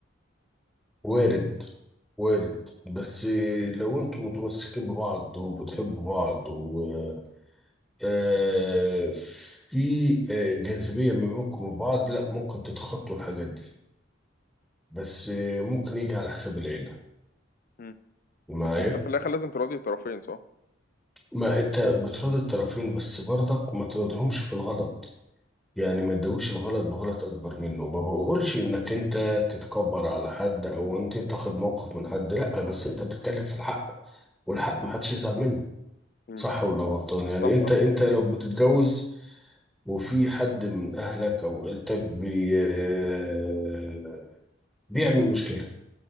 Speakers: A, in the centre; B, on the left.
A: وارد وارد بس آه، لو انتوا متمسكين ببعض وبتحبوا بعض و آه، في آه، جاذبية ما بينكم وبعض لا ممكن تتخطوا الحاجات دي بس آه، ممكن يجي على حساب العيلة
B: مم.
A: معايا
B: بس أنت في الآخر لازم تراضي الطرفين صح؟
A: ما انت بتراضي الطرفين بس برضك ما تراضيهمش في الغلط يعني ما تدوش الغلط بغلط اكبر منه ما بقولش انك انت تتكبر على حد او انت تاخد موقف من حد لا بس انت بتتكلم في الحق والحق ما حدش يزعل منه
B: مم.
A: صح ولا غلطان يعني
B: صح
A: انت
B: طبعا
A: انت لو بتتجوز وفي حد من اهلك او عيلتك بي آه، بيعمل مشكلة